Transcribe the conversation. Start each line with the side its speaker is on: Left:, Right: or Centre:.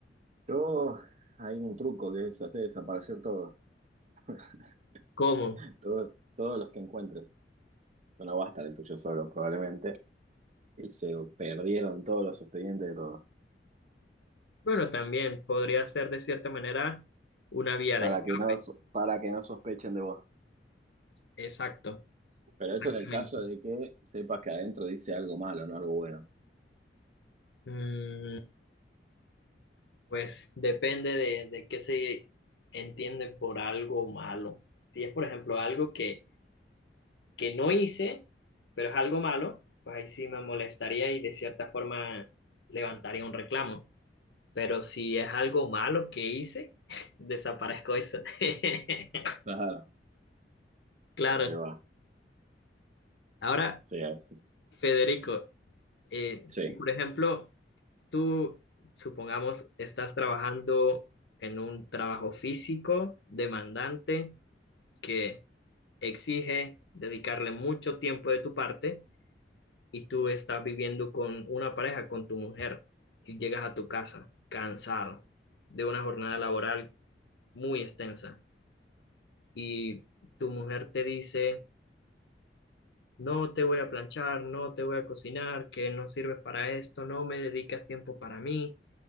Right: Yo, hay un truco que es hacer desaparecer todo. <laughs>
Left: ¿Cómo?
Right: Todos, todos los que encuentres. No va a estar el tuyo solo, probablemente. Y se perdieron todos los expedientes de todos.
Left: Bueno, también podría ser de cierta manera una vía
Right: Para
Left: de escape.
Right: que no, so- para que no sospechen de vos.
Left: Exacto.
Right: Pero
Left: Exactamente.
Right: esto en el caso de que sepas que adentro dice algo malo, no algo bueno.
Left: Mm, Pues depende de, de qué se entiende por algo malo. Si es, por ejemplo, algo que, que no hice, pero es algo malo, pues ahí sí me molestaría y de cierta forma levantaría un reclamo. Pero si es algo malo que hice, <laughs> desaparezco eso. <laughs>
Right: Claro.
Left: Claro.
Right: Ahí va.
Left: Ahora,
Right: Sí, así.
Left: Federico, eh,
Right: sí.
Left: si por ejemplo tú, supongamos, estás trabajando en un trabajo físico demandante que exige dedicarle mucho tiempo de tu parte y tú estás viviendo con una pareja, con tu mujer, y llegas a tu casa cansado de una jornada laboral muy extensa y tu mujer te dice, no te voy a planchar, no te voy a cocinar, que no sirves para esto, no me dedicas tiempo para mí,